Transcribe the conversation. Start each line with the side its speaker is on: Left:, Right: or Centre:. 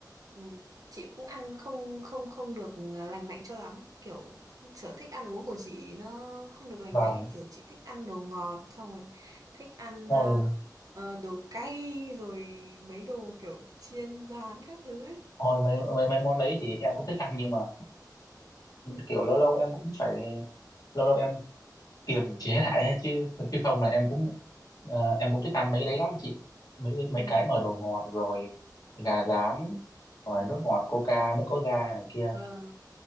Right: ừm, chị cũng ăn không không không được ờ, lành mạnh cho lắm. Kiểu sở thích ăn uống của chị nó không được lành
Left: vâng
Right: mạnh ấy. Kiểu chị thích ăn đồ ngọt xong rồi thích ăn
Left: thôi
Right: ờ, ờ, đồ cay rồi mấy đồ kiểu chiên rán các thứ ấy.
Left: Ôi, mấy, mấy mấy món đấy thì em cũng thích ăn nhưng mà kiểu lâu lâu em cũng phải lâu lâu em kiềm chế <laughs> lại ấy chứ chứ không là em cũng ờ, em cũng thích ăn mấy cái đấy lắm chị mấy mấy
Right: Ừ.
Left: cái mà đồ ngọt rồi gà rán rồi nước ngọt coca nước có ga này kia
Right: Ờ.